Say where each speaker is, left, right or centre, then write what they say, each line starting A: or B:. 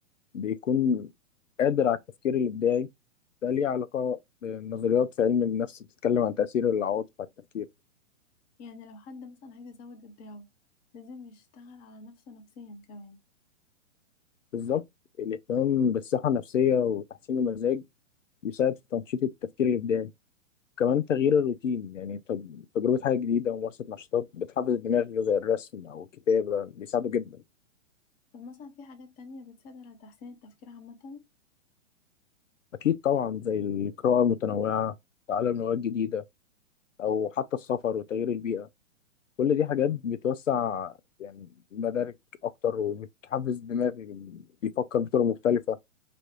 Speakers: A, on the left (about 70°); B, on the left (about 20°).
A: بيكون قادر على التفكير الإبداعي ده ليه علاقة بنظريات في علم النفس بتتكلم عن تأثير العواطف على التفكير
B: يعني لو حد مثلا عايز يزود إبداعه لازم يشتغل على نفسه نفسيا كمان
A: بالظبط الاهتمام بالصحة النفسية وتحسين المزاج بيساعد في تنشيط التفكير الإبداعي كمان تغيير الروتين يعني تج- تجربة حاجة جديدة وممارسة نشاطات بتحفز الدماغ زي الرسم أو الكتابة بيساعده جدا
B: طب مثلا في حاجات تانية بتساعد على تحسين التفكير عامة
A: أكيد طبعا زي القراءة المتنوعة تعلم لغات جديدة أو حتى السفر وتغيير البيئة كل دي حاجات بتوسع يعني مدارك أكتر وبتحفز الدماغ بيفكر بطرق مختلفة